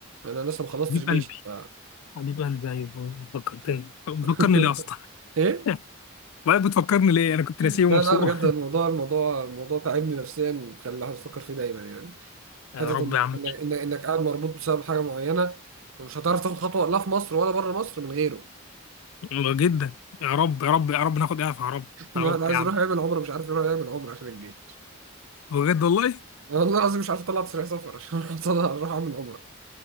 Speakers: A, on the right; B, on the left.
A: انا لسه ما خلصتش
B: حبيب
A: جيش
B: قلبي
A: ف...
B: حبيب قلبي ايوه فكرتني
A: ف... <laughs>
B: فكرني ليه اصلا
A: ايه
B: <laughs> والله بتفكرني ليه انا كنت
A: لا
B: ناسيه ومبسوط
A: لا بجد الموضوع الموضوع الموضوع تعبني نفسيا وخلى الواحد يفكر فيه دايما يعني
B: <laughs>
A: حته
B: يا رب
A: انك
B: يا عم
A: انك انك, إنك قاعد مربوط بسبب حاجه معينه ومش هتعرف تاخد خطوه لا في مصر ولا بره مصر من غيره
B: والله جدا يا رب يا رب يا رب ناخد اعفاء يا رب
A: الواحد
B: يا رب
A: عايز
B: يعني
A: يروح يعمل عمره مش عارف يروح يعمل عمره عشان الجيش
B: بجد والله
A: والله العظيم مش عارف اطلع تصريح سفر عشان <laughs> اروح أطلع- أروح اعمل عمره